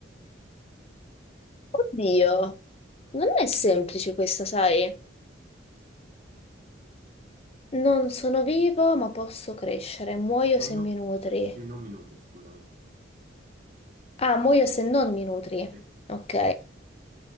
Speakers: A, on the left; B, on the right.
A: Oddio, non è semplice questa, sai? Non sono vivo, ma posso crescere. Muoio
B: Muoio
A: se mi nutri.
B: se non mi nutri, scusami.
A: Ah, muoio se non mi nutri.
B: Sì.
A: Ok.